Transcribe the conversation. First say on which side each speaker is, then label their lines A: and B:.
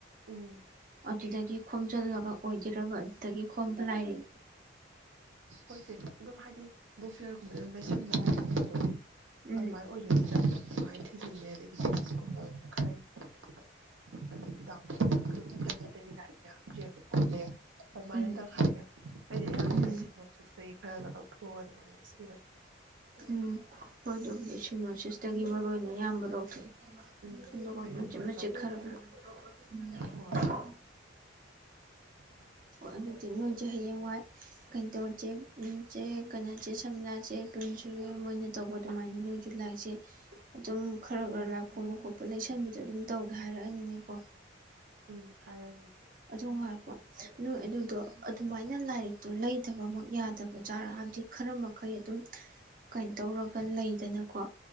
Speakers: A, on the right (about 80°); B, on the right (about 45°).
A: ꯎꯝ
B: ꯑꯗꯨꯗꯒꯤ ꯈꯣꯝꯖꯤꯜꯂꯒ ꯑꯣꯏꯗꯣꯔꯕꯅꯤ ꯑꯗꯒꯤ ꯈꯣꯝꯕ ꯂꯥꯏꯔꯤ
A: ꯍꯣꯏꯁꯦ ꯑꯗꯨꯝ ꯍꯥꯏꯗꯤ ꯕꯨꯛ ꯐꯤꯌꯔꯒꯨꯝꯕ ꯑꯗꯨꯝ ꯂꯩꯁꯤꯟꯕ <inaudible>
B: ꯎꯝ
A: ꯑꯗꯨꯃꯥꯏ ꯑꯣꯏꯖꯣꯏ <unintelligible> ꯑꯗꯨꯅꯨꯡꯥꯏꯦ ꯑꯗꯒꯤꯀꯨꯝ ꯑꯗꯨ ꯈꯔ <inaudible> <inaudible> ꯃ ꯇꯣ <inaudible> <unintelligible> ꯑꯦ ꯑꯗꯨꯃꯥꯏꯅꯇꯪ ꯍꯥꯏꯒꯦ ꯑꯩꯗꯤ
B: ꯎꯝ
A: ꯏꯌꯥꯝꯕꯅ <unintelligible> ꯈꯔꯒ
B: ꯎꯝ
A: ꯂꯧꯊꯣꯛ ꯑꯒ ꯑꯗꯨꯃꯥꯏ <unintelligible>
B: ꯎꯝ ꯍꯣꯏꯗ ꯀ <inaudible> ꯣ ꯁꯤꯁ <inaudible> ꯇꯒꯤ ꯃꯔꯨ ꯑꯣꯏꯅ ꯑꯌꯥꯝꯕ ꯂꯧꯊꯣꯛꯑꯦ
A: ꯎꯝ
B: ꯑꯗꯨꯒ
A: ꯑꯩꯗꯤ
B: ꯃꯆꯤꯠ
A: ꯑꯗꯨꯃꯥꯏꯅ
B: ꯃꯆꯤꯠ
A: ꯂꯧꯊꯣꯛꯈ꯭ꯔꯦ
B: ꯈꯔ ꯈꯔ ꯎꯝ
A: ꯍꯣꯏ
B: ꯑꯣ ꯑꯗꯨꯗꯤ ꯅꯣꯏꯁꯨ ꯍꯌꯦꯡꯋꯥꯏ ꯀꯩꯅꯣ ꯇꯧꯁꯦ ꯆꯦ ꯀꯩꯅꯁꯦ ꯁꯝꯂꯥꯥ ꯆꯦ ꯄꯝꯁꯨꯒꯤ ꯃꯣꯏꯅ ꯇꯧꯕ ꯑꯗꯨꯃꯥꯏꯅ ꯅꯣꯏꯁꯨ ꯂꯥꯏꯔꯤꯁꯦ ꯑꯗꯨꯝ ꯈꯔ ꯈꯔ
A: ꯎꯝ
B: ꯂꯥꯛꯄꯣꯡꯕ ꯈꯣꯠꯄ ꯂꯩꯁꯟꯕꯤꯗꯣ ꯑꯗꯨꯝ ꯇꯧꯒꯦ ꯍꯥꯏꯔꯛꯑꯅꯤꯅꯦꯀꯣ
A: ꯎꯝ ꯍꯥꯏꯔꯅꯤ ꯏꯆꯦ
B: ꯑꯗꯣ ꯉꯥꯏꯈꯣ ꯅꯣꯏ ꯑꯗꯨꯗꯣ ꯑꯗꯨꯃꯥꯏꯅ ꯂꯥꯏꯔꯤꯛꯇꯣ ꯂꯩꯗꯕꯃꯛ ꯌꯥꯗꯕꯖꯥꯠꯔ ꯍꯥꯏꯕꯗꯤ ꯈꯔ ꯃꯈꯩ ꯑꯗꯨꯝ ꯀꯩꯅꯣ ꯇꯧꯔꯒ ꯂꯩꯗꯅꯀꯣ